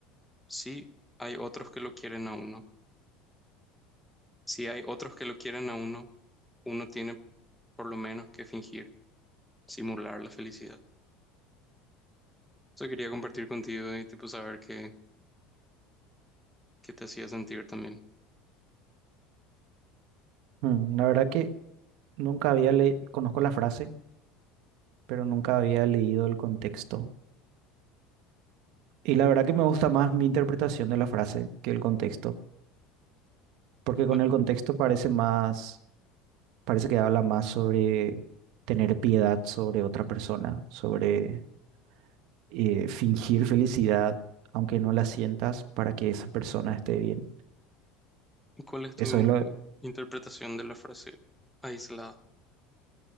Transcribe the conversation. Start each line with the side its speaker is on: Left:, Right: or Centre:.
Centre: sí hay otros que lo quieren a uno. Si hay otros que lo quieren a uno, uno tiene por lo menos que fingir, simular la felicidad. sea, quería compartir contigo y tipo saber qué, qué te hacía sentir también.
Right: Mm, La verdad que nunca había leído, conozco la frase, pero nunca había leído el contexto. Y la verdad que me gusta más mi interpretación de la frase que el contexto, porque
Centre: ¿Cuál,
Right: con el contexto parece más Parece que habla más sobre tener piedad sobre otra persona, sobre eh, fingir felicidad, aunque no la sientas, para que esa persona esté bien.
Centre: cuál es tu
Right: Eso es lo...
Centre: interpretación de la frase aislada?